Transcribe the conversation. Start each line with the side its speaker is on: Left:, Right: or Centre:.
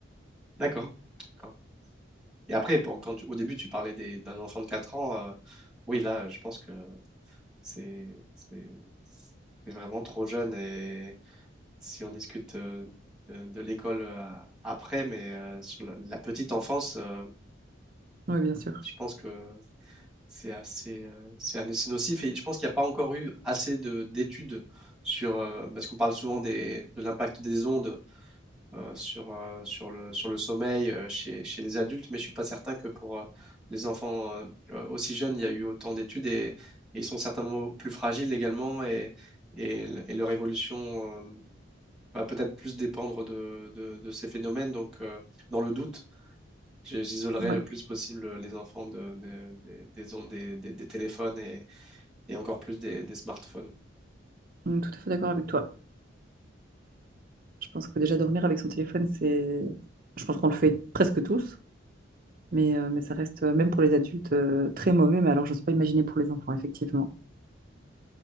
Centre: D'accord. D'accord. Et après, bon, quand tu- au début, tu parlais des- d'un enfant de 4 ans. euh, oui, là, je pense que c'est c'est- c'est vraiment trop jeune. Et si on discute euh, de, de l'école euh, après, mais euh, sur la, la petite enfance, euh,
Right: Oui, bien sûr.
Centre: je pense que C'est assez, euh, c'est un- c'est nocif et je pense qu'il n'y a pas encore eu assez de d'études sur, euh, parce qu'on parle souvent des, de l'impact des ondes euh, sur, euh, sur le, sur le sommeil euh, chez, chez les adultes, mais je ne suis pas certain que pour euh, les enfants euh, euh, aussi jeunes, il y a eu autant d'études et, et ils sont certainement plus fragiles également et, et, l- et leur évolution euh, va peut-être plus dépendre de, de, de ces phénomènes. Donc, euh, dans le doute, je- j'isolerai
Right: Oui,
Centre: le plus possible les enfants de, de- des des ondes des, des des téléphones et encore plus des, des smartphones.
Right: on est tout à fait d'accord avec toi. Je pense que déjà dormir avec son téléphone, c'est... Je pense qu'on le fait presque tous, mais, euh, mais ça reste, euh, même pour les adultes, euh, très mauvais. Mais alors, je n'ose pas imaginer pour les enfants, effectivement.